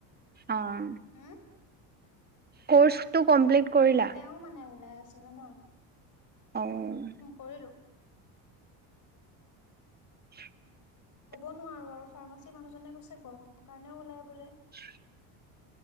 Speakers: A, on the right; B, on the left.
A: অহ'।
B: হুম।
A: কৰ্চটো কমপ্লিট কৰিলা।
B: তেওঁ মানে ওলাই আছে জান।
A: অ'।
B: কৰিলোঁ।
A: <inaudible>
B: ক'ব নোৱাৰো আৰু ফাৰ্মাচী মানুহজনে কৈছে গৰমৰ কাৰণেও ওলাই বোলে।
A: <inaudible>